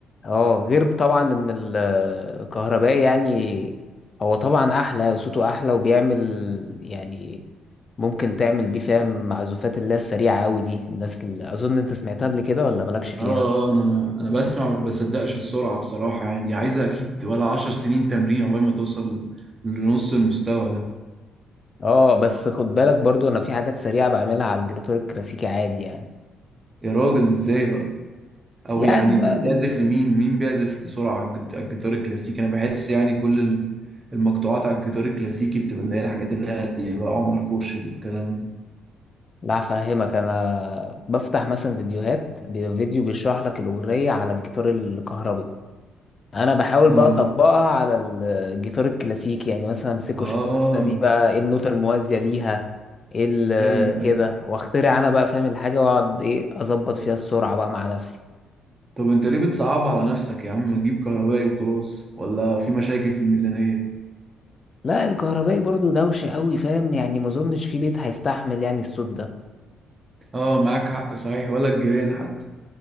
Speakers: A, on the left (about 35°); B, on the right (about 30°).
A: اه غير طبعا ان ال- الكهربائي يعني هو طبعا احلى صوته احلى وبيعمل يعني ممكن تعمل بيه فاهم معزوفات اللي هي السريعة أوي دي الناس اللي أظن أنت سمعتها قبل كده ولا مالكش فيها
B: اه آه، انا انا بسمع ما بصدقش السرعه بصراحه يعني دي عايزه اكيد ولا عشر سنين تمرين عقبال ما توصل لنص المستوى ده
A: اه بس خد بالك برضو أنا في حاجات سريعة بعملها على الجراتور الكلاسيكي عادي يعني
B: يا راجل ازاي بقى او
A: يعني
B: يعني
A: بقى
B: انت بتعزف
A: بال...
B: لمين مين بيعزف بسرعه على الجت- على الجيتار الكلاسيكي انا بحس يعني كل ال- المقطوعات على الجيتار الكلاسيكي بتبقى اللي هي الحاجات اللي هاديه بقى عمر خورشيد والكلام ده
A: لا هفهمك أنا بفتح مثلا فيديوهات بيبقى فيديو بيشرح لك الأغنية على الجيتار الكهربي أنا بحاول
B: اه
A: بقى أطبقها على ال- الجيتار الكلاسيكي يعني مثلا أمسكه
B: اه آه،
A: أشوف النوتة
B: آه.
A: دي بقى إيه النوتة الموازية ليها إيه ال-
B: ايوه
A: كده
B: ايوه
A: وأخترع أنا بقى فاهم الحاجة وأقعد إيه أظبط فيها السرعة بقى مع نفسي
B: طب انت ليه بتصعب على نفسك يا عم ما تجيب كهربائي وخلاص ولا في مشاكل في الميزانية
A: لا الكهربائي برضو دوشة قوي فاهم يعني ما اظنش في بيت هيستحمل يعني الصوت ده
B: اه معاك حق صحيح ولا الجيران حتى